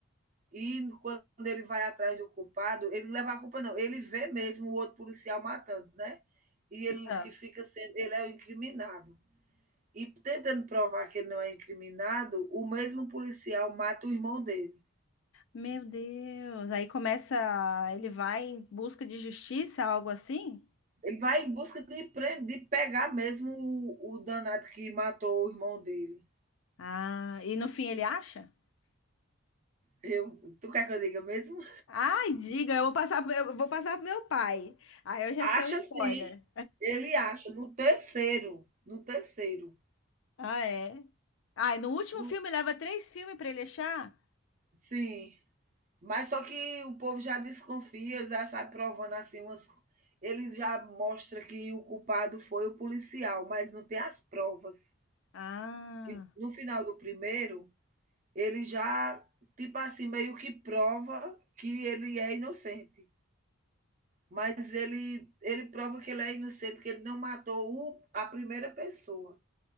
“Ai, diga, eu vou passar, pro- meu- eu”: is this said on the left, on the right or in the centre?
Left